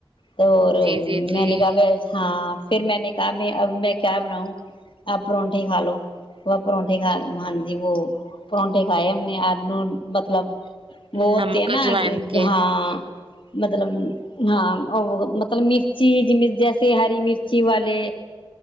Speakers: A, on the left; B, on the right.
A: تو
B: جی جی جی
A: میں نے کہا ہاں پھر میں نے کہا میں اب میں کیا بناؤں آپ پرونٹے کا لو وہ پرونٹے کا ہاں جی وہ پرونٹے کھائے آ مطلب وہتے
B: نمک
A: ہے
B: اجوائن
A: نا آ <unintelligible>
B: کے
A: ہاں مطلب ہاں مطلب مرچی جیسے ہری مرچی والے